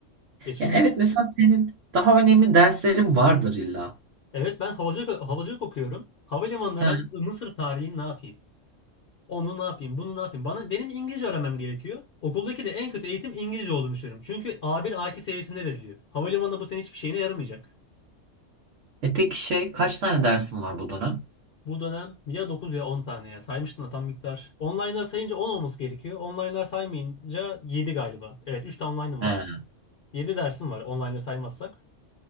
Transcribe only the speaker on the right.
Ya evet mesela senin daha önemli derslerin vardır illa.
Ha.
E peki şey kaç tane dersin var bu dönem?
Ha.